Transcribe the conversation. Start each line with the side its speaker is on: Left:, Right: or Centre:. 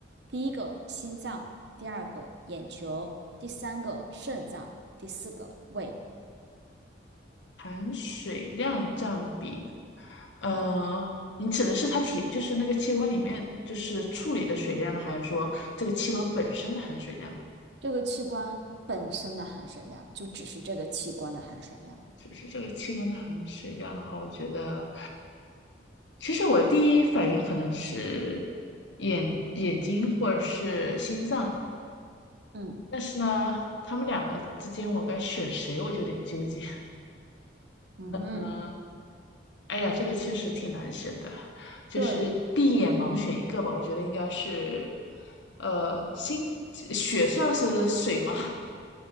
Right: 第一个心脏，第二个眼球，第三个肾脏，第四个胃。
Left: 含水量占比，呃，你指的是它体，就是那个器官里面就是处理的水量呢，还是说这个器官本身的含水量呢
Right: 这个器官本身的含水量就只是这个器官的含水量。
Left: 只是这个器官的含水量的话，我觉得，其实我第一反应可能是眼眼睛或者是心脏，
Right: 嗯
Left: 但是呢，他们两个之间我该选谁，我就有点纠结。
Right: 嗯哼，
Left: 嗯，哎呀，这个确实挺难选的，就是闭眼盲选一个吧。
Right: 对，
Left: 我觉得应该是，呃，星血算是水吗？